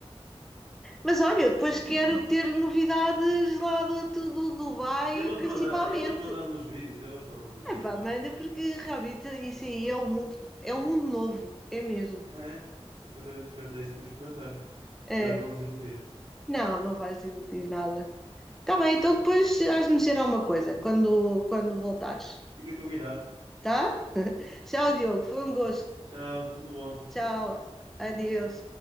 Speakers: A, in the centre; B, on the right.
A: Mas olha, depois
B: muito
A: quero
B: bem.
A: ter novidades lá do, do, Dubai,
B: Eu vou-te
A: principalmente.
B: mandar, eu vou-te mandar nos vídeos, eu vou-te mandar nos vídeos.
A: Epá, manda, porque realmente isso aí é um mundo, é um mundo novo, é mesmo.
B: É, completamente diferente é isso que vou experimentar.
A: É.
B: Espero não desiludir.
A: Não, não vais desiludir nada. Tá bem, então depois has de me dizer alguma coisa quando, quando voltares,
B: Fica combinado.
A: tá? Tchau, Diogo,
B: Tá.
A: foi um gosto.
B: Tchau, tudo bom?
A: Tchau, adeus.